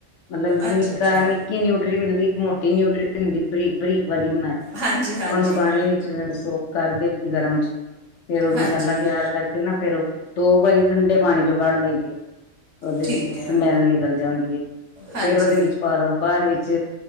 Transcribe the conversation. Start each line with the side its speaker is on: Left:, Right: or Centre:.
Left: ਮਤਲਬ ਨਿੱਕਾ
Right: ਅੱਛਾ ਅੱਛਾ
Left: ਨਿੱਕੀ ਨਿਊਟਰੀ ਮਿਲਦੀ। ਮੋਟੀ ਨਿਊਟਰੀ ਦੀ ਬਰੀਕ-ਬਰੀਕ ਵਾਲੀ ਬਣਾਏ
Right: ਹਾਂਜੀ ਹਾਂਜੀ
Left: ਉਹਨੂੰ ਪਾਣੀ ਵਿੱਚ। ਸੋਕ ਕਰਕੇ ਗਰਮ ਚ ਫੇਰ ਉਹ
Right: ਹਾਂਜੀ
Left: ਮਸਾਲਾ ਤਿਆਰ ਕਰਕੇ ਨਾ ਫੇਰ ਦੋ ਵਾਰੀ ਠੰਡੇ ਪਾਣੀ ਜੋਗਾੜ ਦੇ ਦੀਏ। ਉਹਦੇ
Right: ਠੀਕ ਹੈ
Left: ਸਮੈਲ ਨਿਕਲ ਜਾਂਦੀ ਹੈ।
Right: ਹਾਂਜੀ
Left: ਫੇਰ ਉਹਦੇ ਵਿੱਚ ਬਾਦੋਂ ਬਾਅਦ ਵੀ। ਚ